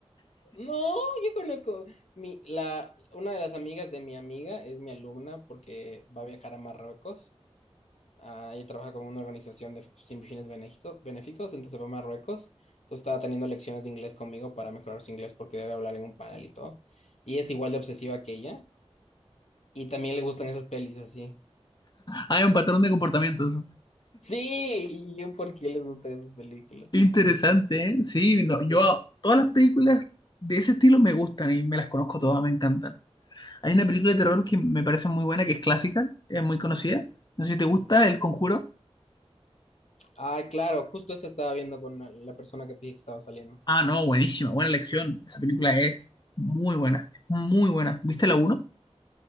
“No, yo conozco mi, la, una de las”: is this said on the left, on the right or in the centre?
Left